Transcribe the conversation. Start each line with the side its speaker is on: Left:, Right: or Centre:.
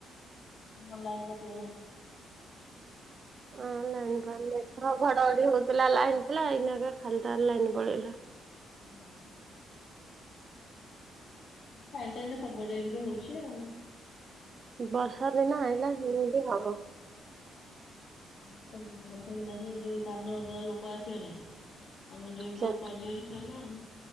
Left: ଆମ ଲାଇନ କଟିଗଲା।
Right: ହଁ ଲାଇନ ଫାଇନ ଦେଖ, ଘଡଘଡି ହଉ ଥିଲା ଲାଇନ ଥିଲା ଏଇନାକେ ଖାଲିଟାରେ ଲାଇନ ପଳେଇଲା।
Left: ହୁଁ ଲାଇନଟା ଏଇନା ସବୁଆଡେ ଏମିତି ହେଉଛି ଆଉ।
Right: ବର୍ଷାଦିନ ଆଇଲା ହେମିତି ହବ।
Left: <unintelligible> ବର୍ଷାଦିନ ଆସିଲେ ଯୋଉ ଧାନରୁଆ ଲୋକ ଆସିବେନେଇ ଆମ ଜ୍ୱାଇଁପୁଉ
Right: ସେ
Left: ପହଞ୍ଚିଗଲେ ସଇଲା ଆଉ।